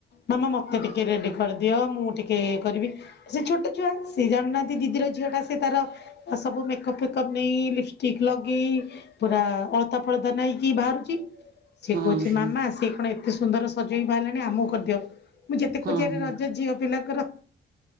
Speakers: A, on the left; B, on the right.
A: ମାମା ମତେ ଟିକେ ରେଡି କରିଦିଅ ମୁଁ ଟିକେ ଇଏ କରିବି। ସେ ଛୋଟ ଛୁଆ ସେ ଜାଣିନାହାନ୍ତି ଦିଦିର ଝିଅ ଟା ସେ ତାର ସବୁ ମେକଅପ୍ ଫେକଅପ୍ ନେଇ ଲିପଷ୍ଟିକ୍ ଲଗେଇ ପୁରା ଅଳତା ଫଳଦା ନେଇକି ବାହାରୁଛି। ସେଏ
B: ହଁ
A: କହୁଛି
B: ହଁ
A: ମାମା ସିଏ କଣ ଏତେ ସୁନ୍ଦର ସଜେଇ ବାହାରିଲାଣି ଆମକୁ କରିଦିଅ। ମୁଁ ଯେତେକହୁଚି
B: ହଁ ହଁ
A: ରଜ ଝିଅ ପିଲାଙ୍କର